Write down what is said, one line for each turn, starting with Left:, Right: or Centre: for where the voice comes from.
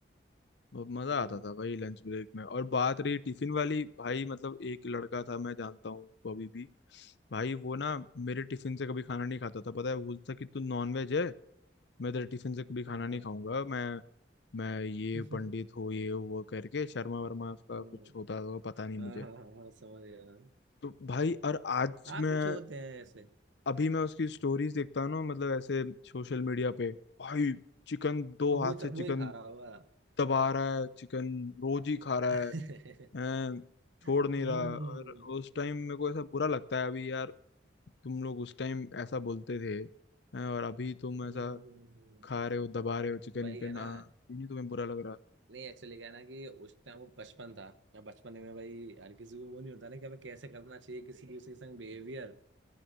Left: बहुत मजा
Right: हम्म,
Left: आता था भाई लंच ब्रेक में और बात रही टिफिन वाली भाई मतलब एक लड़का था मैं जानता हूँ उसको अभी भी भाई वो ना मेरे टिफिन से कभी खाना नहीं खाता था पता है वो बोलता था कि तू नॉन वेज है मैं तेरे टिफिन से कभी खाना
Right: हाँ
Left: नहीं
Right: हाँ
Left: खाऊंगा मैं मैं ये
Right: <laughs>
Left: पंडित हो ये हो, वो करके शर्मा वर्मा उसका
Right: हम्म,
Left: कुछ होता होगा पता नहीं
Right: हाँ
Left: मुझे
Right: हाँ हाँ हाँ, समझ गया
Left: तो भाई और आज
Right: हाँ
Left: मैं
Right: कुछ होते हैं ऐसे
Left: अभी मैं उसकी स्टोरीज देखता हूँ ना मतलब ऐसे सोशल मीडिया पे भाई चिकन दो
Right: अब वो
Left: हाथ से चिकन
Right: वो ही खा रहा होगा
Left: दबा रहा है चिकन रोज ही खा रहा
Right: <laughs>
Left: है हैं, छोड़ नहीं
Right: हम्म
Left: रहा और उस टाइम मेरे को ऐसा बुरा लगता है अभी यार तुम लोग उस टाइम ऐसा बोलते थे हैं, और अभी तुम
Right: हम्म
Left: ऐसा
Right: हम्म, हम्म।
Left: खा रहे हो दबा रहे हो चिकन
Right: वही
Left: विकन
Right: है ना
Left: आ, ये नहीं तुम्हें बुरा लग रहा
Right: नहीं एक्चुअली क्या है ना कि उस टाइम वो बचपन था अब बचपन में भाई हर किसी को वो नहीं होता ना कि हमें कैसे करना चाहिए किसी दूसरे के संग बिहेवियर